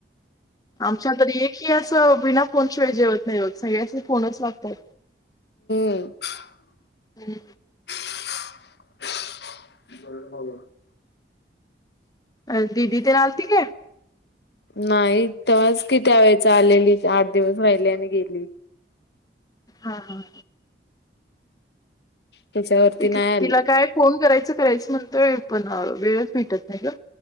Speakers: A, on the left; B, on the left.
A: आमच्या तरी एक ह याच विना फोन शिवाय जेवत नाही होत सगळ्याचे फोनच लागतात
B: ब
A: हम्म अ दिदी ते न ठीक
B: नाही तेव्हाच किती वेळेचा आलेली आठ दिवस राहिले आणि गेली
A: हां हां
B: त्याच्यावरती
A: त
B: नाही आली
A: तिला काय फोन करायचं करायचं म्हणत पण वेळच भेटत नाही ग